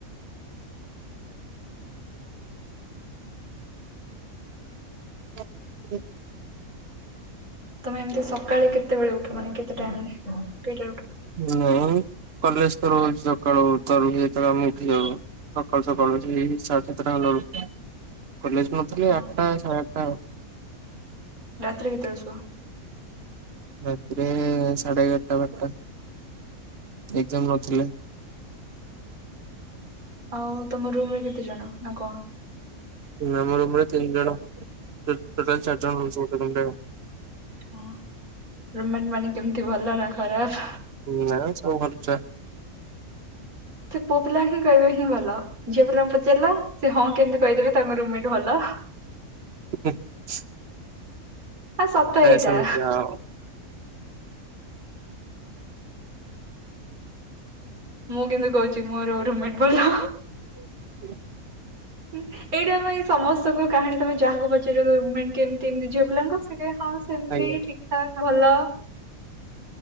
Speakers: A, on the right; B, on the right.
A: <unintelligible>
B: ତମେ ଏମିତି ସକାଳେ କେତେବେଳେ ଉଠ ମାନେ କେତେ ଟାଇମରେ କେଇଟାରେ ଉଠ?
A: ନାଇଁ କଲେଜ ତ ରହୁଛି ସକାଳୁ ତାର ଭିତରେ ଆମେ ଉଠି ଯାଉ। ସକାଳୁ ସକାଳୁ ଉଠିକି ସାଢେ ସାତଟା ହେଲା ବେଳକୁ କଲେଜ ନଥିଲେ
B: ହୁଁ
A: ଆଠଟା ସାଢେ ଆଠଟା ଆଉ।
B: ରାତିରେ କେତେବେଳେ ଶୁଅ?
A: ରାତିରେ ସାଢେ ଏଗାରଟା ବାରଟା ଏକ୍ଜାମ୍ ନଥିଲେ।
B: ଆଉ ତମ ରୁମରେ କେତେ ଜଣ? ତାଙ୍କ
A: ଆମ ରୁମରେ ତିନି ଜଣ ଟୋ ଟୋଟାଲି ଚାରି ଜଣ ରହୁଛୁ ଗୋଟେ ରୁମରେ ଆଉ।
B: ହଁ ରୁମ ମେଟ୍ ମାନେ କେମତି ଭଲ ନା ଖରାପ?
A: ନା ମ ସବୁ ଭଲ ଛୁଆ।
B: ସେ ପୁଅ ପିଲା ହିଁ ଗାଇବେ ହିଁ ଭଲ। ଝିଅ ପିଲାଙ୍କୁ ପଚାରିଲ ସେ ହଁ କେମିତି କହିଦେବେ ତାଙ୍କ ରୁମ୍ ମେଟ୍ ଭଲ?
A: ହୁଁ <unintelligible>
B: ଆ ସତ ଏଇଟା।
A: ସେମିତି ଆଉ
B: ମୁଁ କିନ୍ତୁ କହୁଛି ମୋ ରୁମ ମେଟ୍ ଭଲ।
A: <inaudible>
B: ଏଇଟା ଆମପାଇଁ ସମସ୍ତଙ୍କ କାହାଣୀ ତମେ ଯାହାକୁ ପଚାରିବ ରୁମ୍ ମେଟ୍ କେମିତି ଏମିତି ଝିଅ ପିଲାଙ୍କ ଟିକେ ହଁ ସେମିତି
A: ଆଜ୍ଞା।
B: ଠିକ୍ ଠାକ୍ ଭଲ।